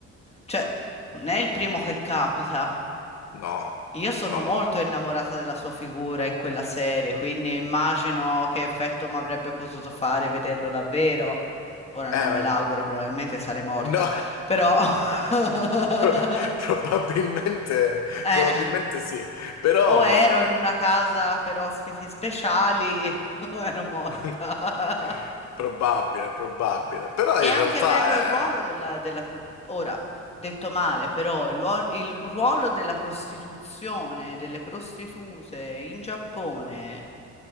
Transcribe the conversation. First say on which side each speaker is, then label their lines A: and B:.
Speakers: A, on the left (about 20°); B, on the left (about 60°).
A: Cioè, non è il primo che capita.
B: No,
A: Io sono
B: no,
A: molto
B: no, no.
A: innamorata della sua figura in quella serie, quindi immagino che effetto mi avrebbe potuto fare vederlo davvero. Ora
B: Eh,
A: non me l'auguro, probabilmente sarei morta,
B: no,
A: però... <laughs>
B: <laughs> probabilmente,
A: Eh,
B: probabilmente sì, però...
A: o ero in una casa per ospiti speciali <laughs> o ero morta.
B: <laughs> Probabile, probabile. Però
A: È
B: in
A: anche
B: realtà
A: bello il ruolo della,
B: è...
A: della pro- ora, detto male, però il ruolo, il ruolo della prostituzione, delle prostitute in Giappone